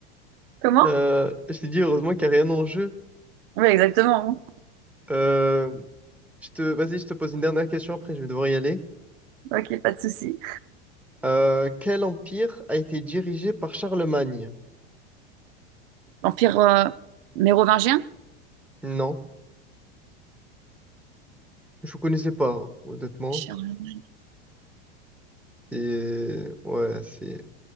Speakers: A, on the right (about 60°); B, in the centre.
A: Comment?
B: hein. Euh, je t'ai dit, heureusement qu'il y a rien en jeu.
A: Oui, exactement. hein.
B: Euh, je te, vas-y, je te pose une dernière question après, je vais devoir y aller.
A: Ok, pas de souci.
B: Euh, quel empire a été dirigé par Charlemagne?
A: L'Empire euh, mérovingien?
B: Non, je ne connaissais pas, honnêtement.
A: Charles-
B: Et ouais, c'est.